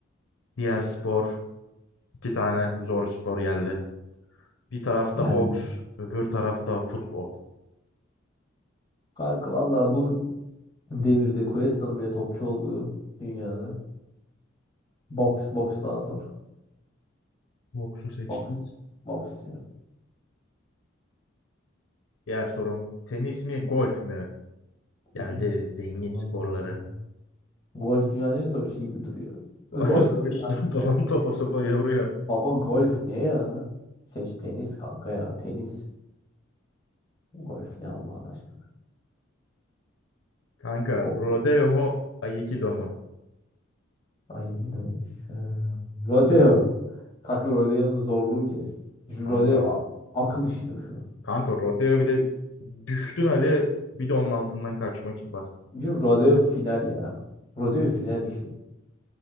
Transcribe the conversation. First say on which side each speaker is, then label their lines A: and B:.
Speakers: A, on the left; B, on the left.
A: Diğer spor iki tane zor spor geldi. Bir tarafta
B: Geldi.
A: boks öbür tarafta futbol.
B: Kanka vallahi bu devirde Cuesta'nın bile topçu olduğu dünyada. Boks boks daha zor.
A: Boksu seçtik.
B: Boks boks ya.
A: Diğer sorum tenis mi golf mü? Geldi
B: En iyisi.
A: zengin sporları.
B: <laughs> Golf dünyanın en zor işi gibi duruyor. Golf
A: <laughs> Bu soru
B: ne
A: işte
B: kanka?
A: duran topa sopa yoruyor.
B: Baba golf ne ya? Seç tenis kanka ya. Tenis. Golf ne Allah'ın aşkına.
A: Kanka
B: Oh,
A: rodeo
B: oh.
A: mu aikido mu?
B: Ay iyi dönmüş. Ee, Rodeo. Kanka rodeonun zorluğu kes. Şu
A: Kanka.
B: rodeo a- akıl işi mi şu?
A: Kanka rodeo bir de düştün hadi bir de onun altından kaçmak. Bak
B: Biliyorum rodeo final ya. Rodeo final işi.